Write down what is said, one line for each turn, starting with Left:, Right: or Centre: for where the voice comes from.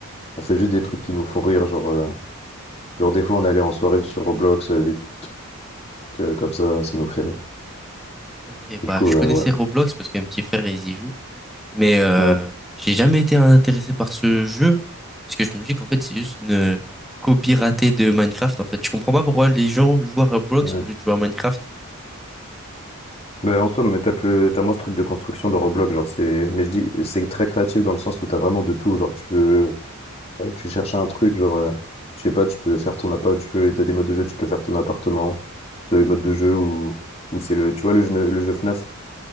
Left: on fait juste des trucs qui nous font rire. Genre, euh, genre des fois, on allait en soirée sur Roblox, euh, des trucs euh, comme ça, ça nous fait rire.
Centre: ok, bah
Left: Du coup,
Centre: je
Left: euh,
Centre: connaissais
Left: ouais.
Centre: Roblox parce que mon petit frère il y joue, mais euh,
Left: Ouais,
Centre: j'ai jamais été intéressé par ce jeu parce que je me dis qu'en fait c'est juste une copie ratée de Minecraft en fait. Je comprends pas pourquoi les gens jouent à Roblox
Left: ouais,
Centre: au lieu de jouer à Minecraft.
Left: Bah, en soi, mais t'as peu, t'as moins ce truc de construction de Roblox, genre c'est, mais je dis, c'est très créatif dans le sens où t'as vraiment de tout, genre tu veux, euh, tu cherches un truc, genre, euh, je sais pas, tu peux faire ton appart, tu peux, t'as des modes de jeu, tu peux faire ton appartement, t'as des modes de jeu où, où c'est le, tu vois le jeu, le jeu FNAF,